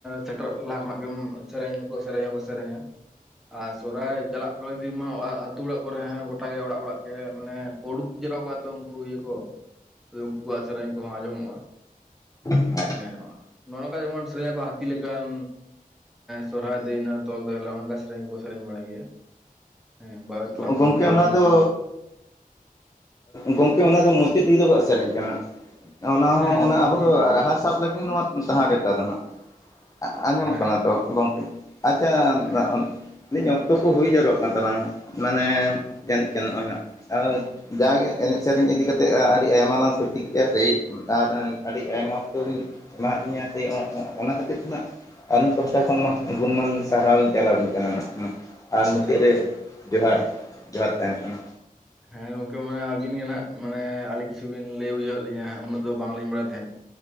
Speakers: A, in the centre; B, on the left.
A: ᱥᱮᱴᱮᱨᱚᱜ ᱞᱟᱦᱟ ᱠᱷᱚᱱᱟᱜ ᱜᱮ ᱥᱮᱨᱮᱧᱟᱠᱚ ᱥᱮᱨᱮᱧᱟᱠᱚ ᱥᱮᱨᱮᱧᱟ ᱟᱨ ᱥᱚᱨᱷᱟᱭ ᱪᱟᱞᱟᱜ ᱠᱚ ᱫᱤᱱ ᱢᱟ ᱟᱹᱛᱩᱳ ᱚᱲᱟᱜ ᱠᱚᱨᱮ ᱦᱸ ᱜᱚᱴᱟᱜᱮ ᱚᱲᱟᱜ ᱚᱲᱟᱜ ᱜᱮ ᱢᱟᱱᱮ ᱠᱳᱰᱩᱠ ᱡᱮᱨᱟᱣ ᱠᱟᱜᱼᱟ ᱛᱚ ᱩᱱᱠᱩ ᱤᱭᱟᱹ ᱠᱚ ᱩᱱᱠᱩ ᱠᱚᱣᱟᱜ ᱥᱮᱨᱮᱧ ᱠᱚᱦᱚᱸ ᱟᱸᱡᱚᱢᱚᱜᱼᱟ
B: ᱢᱮ?
A: ᱦᱮᱸ ᱱᱚᱜᱼᱚ ᱱᱚᱝᱠᱟ ᱡᱮᱢᱚᱱ ᱥᱮᱨᱮᱧ ᱟᱠᱚ ᱦᱟᱹᱛᱤ ᱞᱮᱠᱟᱱ ᱥᱚᱨᱦᱟᱭ ᱫᱟᱹᱭ ᱱᱟ ᱛᱚᱞ ᱫᱚᱦᱚ ᱟᱞᱟᱝ ᱚᱱᱠᱟ ᱥᱮᱨᱮᱧ ᱜᱮᱠᱚ ᱥᱮᱨᱮᱧ ᱵᱟᱲᱟᱭ ᱜᱮᱭᱟ ᱦᱮᱸ ᱛᱮᱞᱟᱝ
B: ᱜᱚᱢᱠᱮ
A: ᱫᱚᱦᱚ ᱫᱟᱹᱭᱟ
B: ᱚᱱᱟ
A: ᱚᱱᱮ
B: ᱫᱚ
A: ᱚᱱᱠᱟ
B: ᱜᱚᱢᱠᱮ ᱚᱱᱟ ᱫᱚ ᱢᱩᱪᱟᱹᱫ ᱦᱤᱞᱚᱜ ᱜᱟ ᱥᱮᱨᱮᱧ ᱠᱟᱱᱟ ᱚᱱᱟ
A: ᱦᱮᱸ
B: ᱦᱚᱸ
A: ᱦᱮᱸ
B: ᱚᱱᱮ
A: ᱚᱱᱟ
B: ᱟᱵᱚ
A: ᱥᱮᱨᱮᱧ
B: ᱫᱚ
A: ᱜᱮᱞᱤᱧ
B: ᱨᱟᱦᱟ
A: ᱞᱟᱹᱭ ᱮᱫᱟ
B: ᱥᱟᱵ ᱞᱟᱹᱜᱤᱫ ᱱᱚᱣᱟ ᱛᱟᱦᱟᱸ ᱨᱮᱛᱟ ᱫᱚ ᱦᱟᱸᱜ ᱟᱸᱡᱚᱢᱚᱜ
A: ᱦᱮᱸ
B: ᱠᱟᱱᱟ
A: ᱦᱮᱸ
B: ᱛᱚ
A: ᱴᱷᱤᱠ
B: ᱜᱚᱢᱠᱮ ᱟᱪᱷᱟᱸ
A: ᱦᱮᱸ
B: ᱞᱟᱧ ᱤᱧ ᱚᱠᱛᱚ ᱠᱚ ᱦᱩᱭ ᱡᱟᱣᱨᱟᱜ ᱠᱟᱱ ᱛᱟᱞᱟᱝ ᱢᱟᱱᱮ ᱡᱟᱱᱤᱜ ᱠᱷᱟᱱ ᱱᱚᱜᱼᱚᱭ ᱦᱟᱸᱜ ᱟᱨ ᱡᱟᱼᱜᱮ ᱮᱱᱮᱡ ᱥᱮᱨᱮᱧ ᱤᱫᱤ ᱠᱟᱛᱮᱜ ᱟᱹᱰᱤ ᱟᱭᱢᱟ ᱞᱟᱝ ᱛᱷᱩᱛᱤ ᱠᱮᱜᱼᱟ ᱥᱮᱭ ᱟᱨ ᱟᱹᱰᱤ ᱟᱭᱢᱟ ᱚᱠᱛᱚ ᱵᱤᱱ ᱮᱢᱟᱫ ᱞᱤᱧᱟᱹ ᱥᱮ ᱚᱱᱟ ᱠᱷᱟᱹᱛᱤᱨ ᱛᱮ ᱱᱟᱜ ᱟᱹᱞᱤᱧ ᱯᱟᱦᱴᱟ ᱠᱷᱚᱱ ᱢᱟ ᱜᱩᱱᱢᱟᱱ ᱥᱟᱨᱦᱟᱣ ᱞᱤᱧ ᱪᱟᱞᱟ ᱟᱵᱤᱱ ᱠᱟᱱᱟ ᱟᱨ
A: ᱟᱪᱪᱷᱟ
B: ᱢᱩᱪᱟᱹᱫ
A: ᱟᱪᱪᱷᱟ
B: ᱨᱮ ᱡᱚᱦᱟᱨ ᱡᱚᱦᱟᱨ ᱛᱟᱦᱮᱱ ᱠᱟᱱᱟ
A: ᱦᱮᱸ ᱜᱚᱢᱠᱮ ᱢᱟᱱᱮ ᱟᱹᱵᱤᱱ ᱜᱮ ᱱᱟᱦᱟᱜ ᱢᱟᱱᱮ ᱟᱹᱰᱤ ᱠᱤᱪᱷᱩ ᱵᱤᱱ ᱞᱟᱹᱭ ᱵᱩᱡᱷᱟᱹᱣ ᱞᱤᱧᱟᱹ ᱦᱩᱱᱟᱹᱜ ᱫᱚ ᱵᱟᱝᱞᱤᱧ ᱵᱟᱲᱟᱭ ᱛᱟᱦᱮᱸᱫ